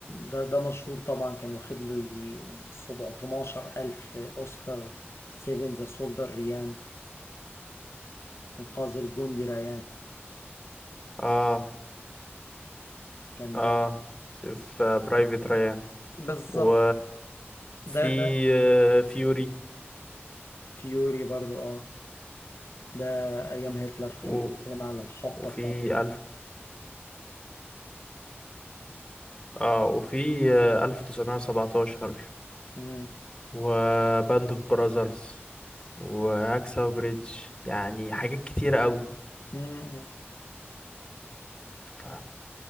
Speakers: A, on the left; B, on the left.
A: ده ده مشهور طبعا كان واخد له يجي 17 ألف أوسكار سيفن ذا سولدر ريان إنقاذ الجندي ريان
B: اه
A: كان
B: اه
A: ده
B: في برايفت ريان
A: بالظبط
B: و في
A: ده ده
B: آه، فيوري
A: فيوري برضو اه ده أيام هتلر كان
B: و...
A: بيتكلم على الحقبة
B: وفي
A: بتاعته
B: الف اه وفي آه، الف تسعمائة وسبعتاشر
A: مم.
B: وباند اوف براذرز وهاكساو بريدج يعني حاجات كتيرة قوي
A: مم.
B: ف